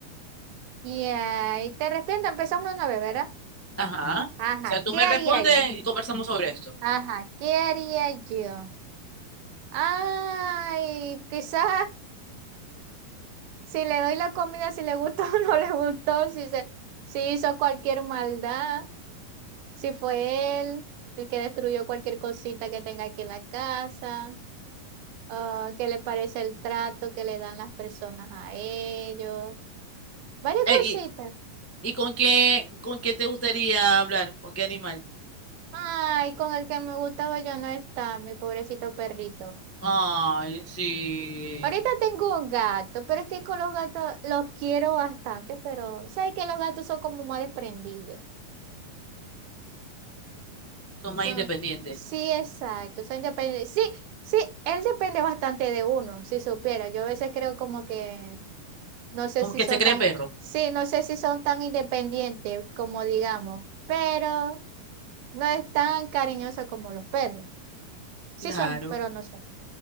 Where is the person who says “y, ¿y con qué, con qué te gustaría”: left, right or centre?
Left